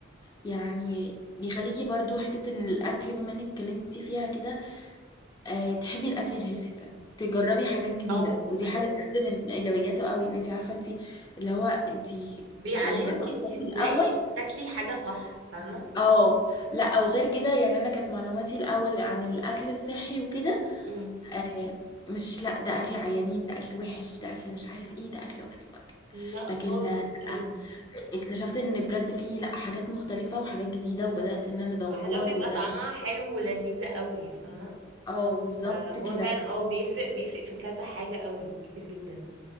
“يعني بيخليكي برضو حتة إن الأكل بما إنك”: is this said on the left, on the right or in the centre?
Left